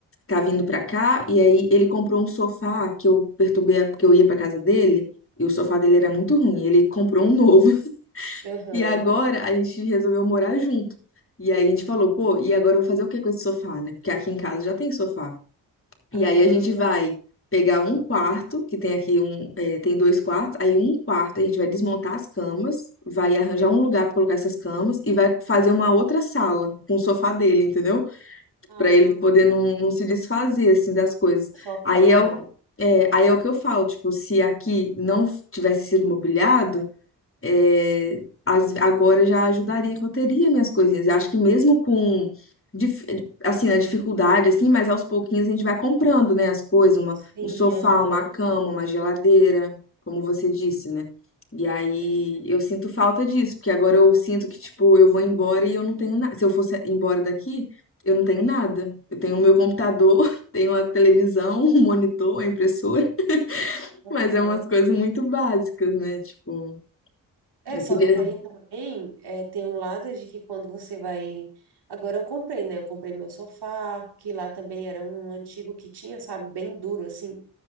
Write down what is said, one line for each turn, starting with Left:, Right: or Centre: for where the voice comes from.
Left: tá vindo pra cá e aí ele comprou um sofá que eu perturbei porque eu ia pra casa dele. E o sofá dele era muito ruim, ele comprou um novo. <laughs>
Right: Aham.
Left: E agora a gente resolveu morar junto. E aí a gente falou, pô, e agora eu vou fazer o que com esse sofá, né? Porque aqui em casa já tem sofá. E
Right: Ah,
Left: aí a gente vai pegar um quarto, que tem aqui um, é, tem dois quartos, aí um quarto a gente vai desmontar as camas, vai arranjar um lugar para colocar essas camas e vai fazer uma outra sala com o sofá dele, entendeu?
Right: ah,
Left: Para ele
Right: entendi.
Left: poder não, não se desfazer assim das coisas.
Right: Sofá,
Left: Aí é
Right: né?
Left: o, é, aí é o que eu falo, tipo, se aqui não tivesse sido mobiliado, é, as- agora já ajudaria que eu teria minhas coisinhas. Eu acho que mesmo com dif- assim, na dificuldade, assim, mas aos pouquinhos a gente vai comprando, né, as coisas, uma,
Right: Sim,
Left: um sofá,
Right: aham.
Left: uma cama, uma geladeira, como você disse, né? E aí
Right: É.
Left: eu sinto falta disso, porque agora eu sinto que, tipo, eu vou embora e eu não tenho nada. Se eu fosse embora daqui, eu não tenho nada. Eu tenho o meu computador, <laughs> tenho a televisão, um monitor, a impressora, <laughs>
Right: Aham.
Left: mas é umas coisas muito básicas, né? Tipo,
Right: É,
Left: eu
Right: só
Left: queria.
Right: que daí também é, tem um lado de que quando você vai. Agora eu comprei, né? Eu comprei meu sofá, que lá também era um antigo que tinha, sabe, bem duro assim.